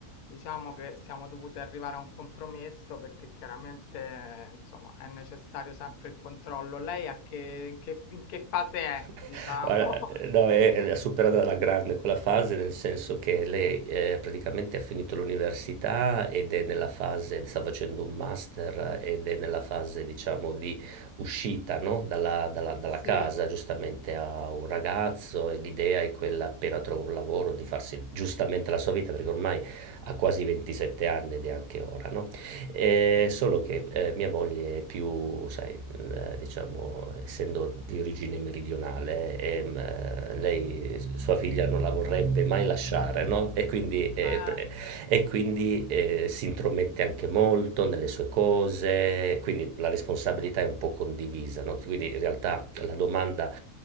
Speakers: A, on the left; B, on the right.
A: diciamo che siamo dovuti arrivare a un compromesso perché chiaramente, insomma, è necessario sempre il controllo. Lei a che, in che, in che fase è,
B: <laughs>
A: diciamo?
B: Guarda,
A: <laughs>
B: ehm, no, è l'ha superata alla grande quella fase, nel senso che lei, ehm, praticamente ha finito l'università ed è nella fase sta facendo un master eh, ed è nella fase, diciamo, di uscita, no, dalla dalla dalla
A: Sì,
B: casa. Giustamente ha un ragazzo e l'idea è quella, appena trova un lavoro, di farsi giustamente la sua vita, perché ormai ha quasi 27 anni ed è anche ora, no? Ehm, solo che, ehm, mia moglie è più, sai, ehm, diciamo, essendo di origine meridionale, ehm, eh, lei s sua figlia non la vorrebbe mai lasciare, no, e quindi ehm,
A: eh.
B: pre e quindi, ehm, si intromette anche molto nelle sue cose, quindi la responsabilità è un po' condivisa, no, quindi in realtà la domanda